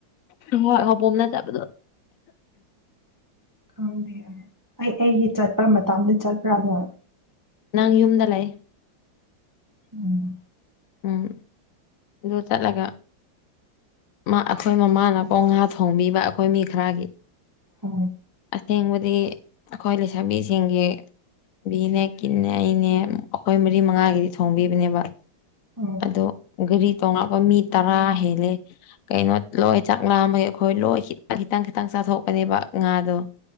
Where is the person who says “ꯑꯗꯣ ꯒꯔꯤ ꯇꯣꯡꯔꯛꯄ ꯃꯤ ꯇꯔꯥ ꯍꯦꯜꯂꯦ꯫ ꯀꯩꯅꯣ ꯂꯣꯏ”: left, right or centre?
Left